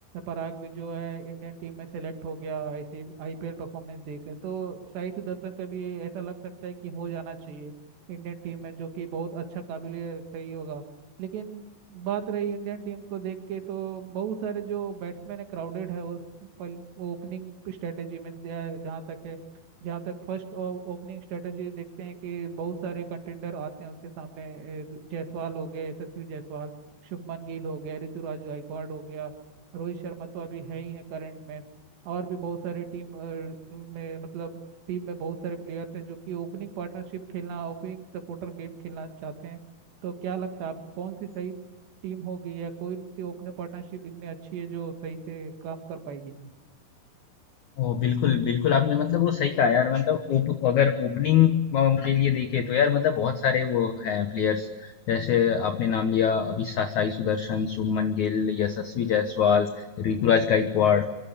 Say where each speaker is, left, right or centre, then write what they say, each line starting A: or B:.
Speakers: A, on the right (about 70°); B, on the left (about 75°).
A: पराग भी जो है इंडियन टीम में सेलेक्ट हो गया ऐसे आईपीएल परफॉर्मेंस दे के तो साई सुदर्शन का भी ऐसा लग सकता है कि हो जाना चाहिए इंडियन टीम में जो कि बहुत अच्छा काबिल सही होगा लेकिन बात रही इंडियन टीम को देख के तो बहुत सारे जो बैट्समैन है क्राउडेड है उस पल ओपनिंग स्ट्रेटेजी में दिया है जहाँ तक है जहाँ तक फर्स्ट ओपनिंग स्ट्रेटेजी देखते हैं कि बहुत सारे कंटेंडर आते हैं उसके सामने ए, जायसवाल हो गया यशस्वी जायसवाल शुभमन गिल हो गया ऋतुराज गायकवाड़ हो गया रोहित शर्मा तो अभी है ही है करंट में और भी बहुत सारे टीम अ, में मतलब टीम में बहुत सारे प्लेयर्स हैं जो कि ओपनिंग पार्टनरशिप खेलना ओपनिंग सपोर्टर गेम खेलना चाहते हैं तो क्या लगता है आप कौन सी सही टीम होगी या कोई सी ओपन पार्टनरशिप इतनी अच्छी है जो सही से काम कर पाएगी
B: ओह, बिल्कुल, बिल्कुल आपने मतलब वो सही कहा यार मतलब ओप अगर ओपनिंग के लिए देखें तो यार मतलब बहुत सारे वो हैं प्लेयर्स जैसे आपने नाम लिया अभी सा- साई सुदर्शन, शुभमन गिल, यशस्वी जायसवाल, ऋतुराज गायकवाड़